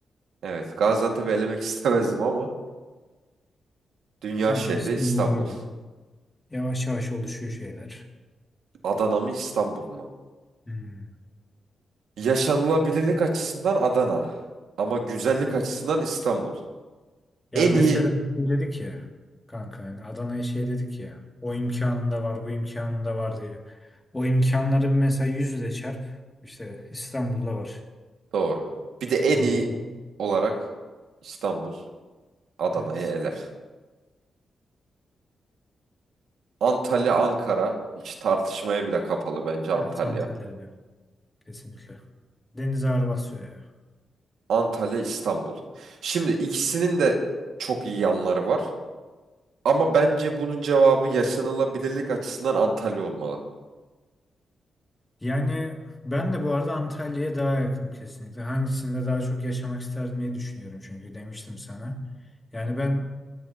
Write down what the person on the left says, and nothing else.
Tamam
İstanbul'dayım.
Yavaş yavaş oluşuyor şeyler.
Hmm.
Evet.
Ya
mesela
şey dedik ya kanka hani Adana'ya şey dedik ya o imkanında var bu imkanında var diye. O imkanları bir mesela yüzle çarp işte İstanbul'da var.
O
yüzden
evet.
Evet Antalya'ya kesinlikle. Deniz ağır basıyor ya.
Yani ben de bu arada Antalya'ya daha yakınım kesinlikle. Hangisinde daha çok yaşamak isterdim diye düşünüyorum çünkü demiştim sana. Yani ben